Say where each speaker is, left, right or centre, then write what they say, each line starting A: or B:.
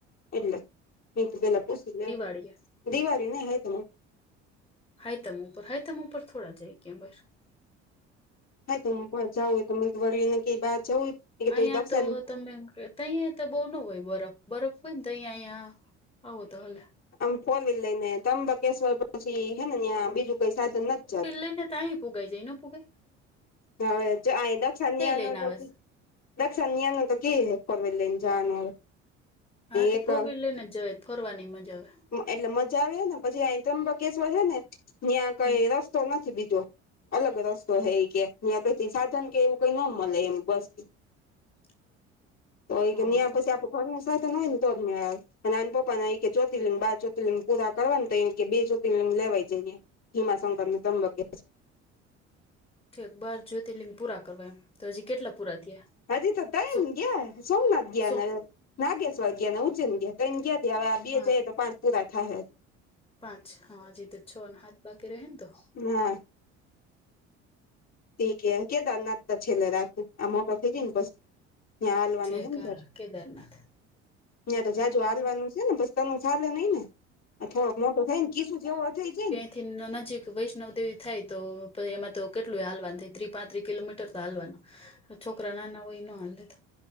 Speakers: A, on the left (about 45°); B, on the left (about 15°).
A: એટલે મે તો પેલા પૂછી લે.
B: <unintelligible>
A: દિવાળ ને આયત મુ
B: હાઈતમ ઉપર હાઈતમ ઉપર થોડા જાય કે બર.
A: હાઈતમ ઉપર જવું હોય તો વળી એમ કઈ બાર જવું. કે
B: અહિયાં
A: તું દક્ષિણ
B: તો તમે. તોહીંયા તો બહુ ન હોય બરફ બરફ હોય ને તો અહીંયા અહીંયા આવો તો હ.
A: આમ ફોર વ્હીલ લઈ ને તંબકેશ્વર પછી હે ને ત્યાં બીજું કઈ સાધન નથી જાત.
B: <unintelligible> પૂગઈ જઈ ન ભૂગઈ.
A: હવે જ આઈ દક્ષા નિયા
B: લઈને
A: ન તો.
B: આવે છે
A: દક્ષા ને ન્યા તો કેવી એપોઇન્ટમેન્ટ લઈને જવાનો હવે
B: હા તે
A: એક
B: ફોર વ્હીલર ને જ ફોરવાની મજા આવે.
A: એટલે મજા આવે હે ને પછી અ ત્રંબકેશ્વર છે ને ત્યાં કઈ
B: હમ
A: રસ તો નથી બીજો અલગ રસ્તો હે ઇ કે ત્યા કઈ સાધન કે એવું કઈ ન મળે એમ બસ
B: <inaudible>
A: તો
B: હા
A: કે ન્યા પછી આપ ઘરના સાધન હોય ને તો જ મે નાન પપા ના કે થી લઈને બાર જ્યોતિર્લીંગ પુરા કરવા ને તો એ કે બે જ્યોતિર્લીંગ લેવાઈ જઈએ ભીમાશંકર ને ત્રંબકેશ્વર
B: ઠીક બાર જ્યોતિર્લિંગ પૂરા કરવા એમ તો હજી કેટલા પૂરા થયા
A: હા હજી તો તાય
B: સો
A: ને ગયા સોમનાથ ગયા
B: સો
A: ને નાગેશ્વર ગયા ને, ઉજ્જૈન ગયા તન ગયાથી હવે આ બે
B: હા
A: જઈએ તો પાંચ પૂરા થાય.
B: પાંચ હા હજી તો છ હાથ બાકી રહે ને તો.
A: હા ઠીક હ કેદારનાથ તો છેલ્લે રાખ. આમ મોટા થય જઈને પછી ત્યાં હાલવાનું
B: ઠીક
A: હ ને
B: હા
A: સારું.
B: કેદારનાથ.
A: ના તો જાજુ
B: હ
A: હાલવાનું
B: હ
A: છે ને પછ તનું સાર નહી ને. આ થોડોક મોટો થાય નકીશુ જે એવો થઈ જાય ને.
B: થી નજીક વૈષ્ણવ દેવી થાય તો પછી એમાં તો કેટલું હાલવાન થાય ત્રી પાંત્રી કિલોમીટર ચાલવાના છોકરા ના ના હોય ન હા